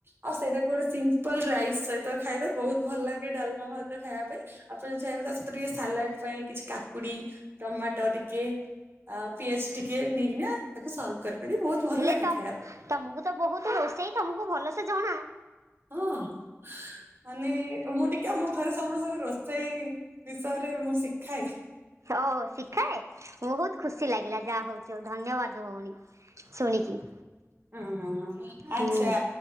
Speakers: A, on the right; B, on the right.
A: ଆଉ ସେଇଟାକୁ ଗୋଟେ ସିମ୍ପଲ ରାଇସ୍ ସହିତ ଖାଇବେ ବହୁତ ଭଲ ଲାଗେ ଡାଲମ ଭାତ ଖାଇବା ପାଇଁ। ଆପଣ ଯଦି ଚାହିଁବେ ତା ସହିତ ଟିକେ ସାଲାଡ ପାଇଁ କିଛି କାକୁଡି ଟମାଟ ଟିକେ। ଆଉ ପିଆଜ ଟିକେ ନେଇକିନା ତାକୁ ସର୍ଭ କରିପାରିବେ ବହୁତ ଭଲ
B: ହେଲେ
A: ଲାଗେ
B: ତ
A: ଖାଇବା ପାଇଁ।
B: ତମକୁ ତ ବହୁତ ରୋଷେଇ ତମକୁ ଭଲସେ ଜଣା।
A: ହଁ। ମାନେ ମୁଁ ଟିକେ ଆମ ଘରେ ସମସ୍ତଙ୍କେ ରୋଷେଇ ବିଷୟରେ ମୁଁ ଶିଖାଏ।
B: ଓହ ଶିଖାଏ ବହୁତ ଖୁସି ଲାଗିଲା ଯାହା ହଉଚି ଆଉ ଧନ୍ୟବାଦ ଭଉଣୀ। ଶୁଣିକି।
A: ହୁଁ ହୁଁ ହଁ ଆଚ୍ଛା।
B: ହୁଁ